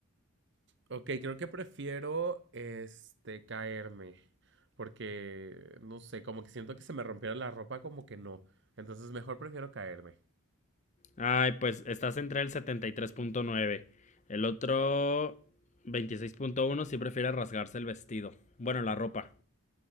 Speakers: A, on the right; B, on the left.
A: Ok, creo que prefiero este caerme. Porque no sé, como que siento que se me rompiera la ropa, como que no. Entonces mejor prefiero caerme.
B: Ay, pues estás entre el setenta y tres punto nueve. El otro veintiséis punto uno sí prefiere rasgarse el vestido. Bueno, la ropa.